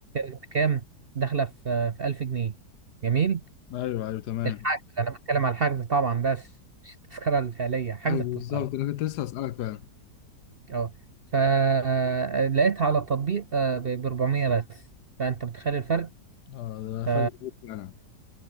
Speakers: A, on the right; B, on the left.
A: بكام داخله في آه، في 1000 جنيه جميل
B: ايوه ايوه تمام
A: الحجز انا بتكلم على الحجز طبعا بس مش التذكره الفعليه حجز
B: ايوه
A: التذكره
B: بالظبط انا كنت لسه اسالك فعلا
A: اه فلقيتها على التطبيق آه، ب 400 بس فانت متخيل الفرق
B: اه ده
A: ف
B: فل فعلا